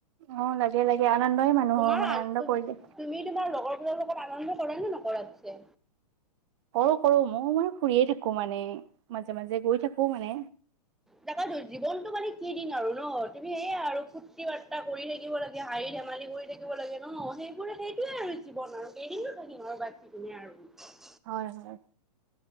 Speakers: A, on the right; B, in the centre.
A: অ লাগে লাগে আনন্দই মানুহৰ
B: তোমাৰ
A: মানে আনন্দ
B: তুমি
A: কৰিলে
B: তোমাৰ লগৰ। তেওঁৰ লগত আনন্দ কৰে নে নকৰে
A: কৰো কৰো ময় মান ফুৰিয়ে থাকো মানে মাজে মাজে গৈ থাকো মানে।
B: তাক তো জীৱনতটো মানে কি দিন আৰু ন তুমি সেয়াই আৰু ফুৰ্তি বাৰ্তা কৰি থাকিব লাগে হাৰি থ ধেমালি কৰি থাকিব লাগে ন সেইবোৰ সেইটোয়ে আৰু জীৱন আৰু কেইদিনো থাকিম আৰু বাচি কিনে আৰু।
A: হয় হয়